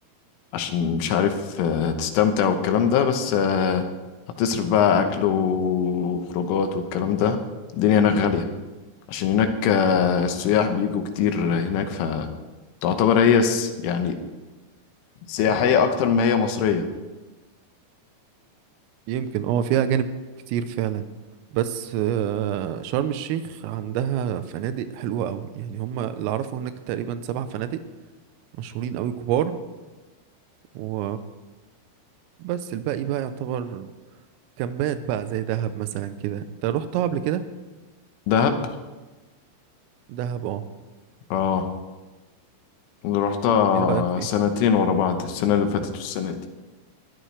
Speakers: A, on the left; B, on the right.
A: عشان مش عارف آه، تستمتع والكلام ده بس آه، هتصرف بقى أكل وخروجات والكلام ده الدنيا هناك غالية عشان هناك آه، السياح بيجوا كتير هناك فتعتبر هي س- يعني سياحية أكتر ما هي مصرية
B: يمكن اه فيها أجانب كتير فعلا بس آه، شرم الشيخ عندها فنادق حلوة أوي يعني هما اللي أعرفه هناك تقريبا سبع فنادق مشهورين أوي كبار و بس الباقي بقى يعتبر كامبات بقى زي دهب مثلا كده انت رحتها قبل كده
A: دهب
B: دهب اه
A: اه اللي رحتها
B: ايه رأيك فيها
A: سنتين ورا بعض السنة اللي فاتت والسنة دي